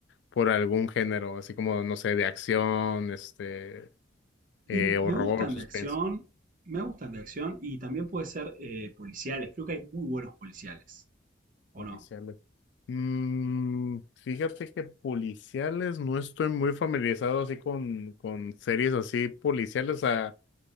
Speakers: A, on the left; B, on the right.
A: por algún género, así como, no sé, de acción, este, eh,
B: y me
A: horror,
B: gustan
A: suspenso.
B: de acción, me gustan de acción, y también puede ser eh, policiales, creo que hay muy buenos policiales, ¿o
A: Policiales.
B: no?
A: Mm, fíjate que policiales no estoy muy familiarizado así con, con series así policiales. O sea,